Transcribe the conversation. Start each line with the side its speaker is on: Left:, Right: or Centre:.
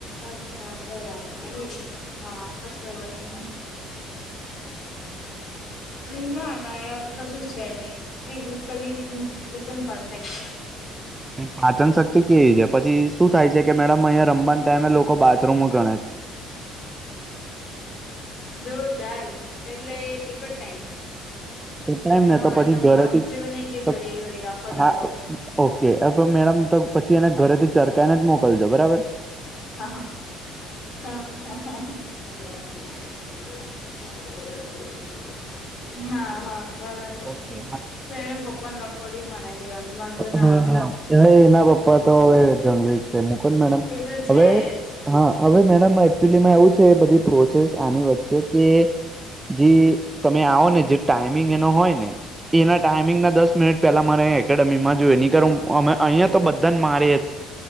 Left: અચ્છા બરાબર હા કસે વાન્ધો નઈ, ના ના એવુકશું જ છે નહી, ફિઝિકલી એકદમ પરફેક્ટ છે,
Right: પાચન શક્તિ કેવી છે પછી શું થાય છે કે મેડમ અહિયાં રમવાને ટાઈમે લોકો બાથરૂમમાં ગણે છે,
Left: જોરદાર એટલે એક જ ટાઈમ,
Right: ટાઈમ
Left: હા
Right: ને તો પછી
Left: એના
Right: ઘરેથી
Left: બાપ જેવું
Right: જ
Left: નહી કે ઘડીએ ઘડીએ આખો દાડો
Right: હા ઓકે મેડમ તો પછી એને ઘરેથી ટરકાઈને જ મોકલજો બરાબર
Left: હા હા હા હા અ <unintelligible> હા હા બરાબર
Right: ઓકે
Left: છે, તો પપ્પાને લખોડી મરાવી દેવાની માંગુ ના
Right: હા
Left: આવે
Right: હા હવે એના પપ્પા તો હવે જંગલી છે મૂકો મેડમ
Left: એ તો
Right: હવે
Left: છે જ
Right: હા હવે મેડમ એકચુલીમાં એવું છે બધી, પ્રોસેસ આની વચ્ચે કે જે તમે આવો ને જે ટાઈમિંગ એનો હોય ને, અને એના ટાઈમિંગના દસ મિનિટ પહેલા મારે એકેડેમીમાં જોઈ નની કર અહીંયા તો બધાને મારે